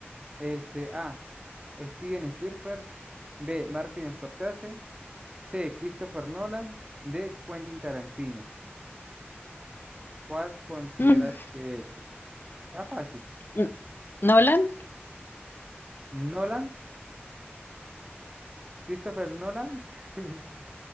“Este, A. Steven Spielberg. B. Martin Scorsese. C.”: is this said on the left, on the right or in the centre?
Right